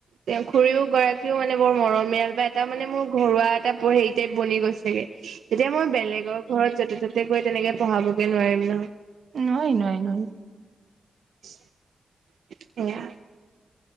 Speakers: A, on the right; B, on the right.
A: তেওঁ খুৰীও গৰাকীও মানে বৰ মৰমীয়াল বা এটা মানে মোৰ ঘৰুৱা এটা হেৰি টাইপ বনি গৈছেগে। এতিয়া মই বেলেগৰ ঘৰত য'তে-ত'তে হে তেনেকে পঢ়াৱ। এই নোৱাৰিম নহয়।
B: এই নোৱাৰী নোৱাৰী নোৱাৰী।
A: <inaudible> <inaudible>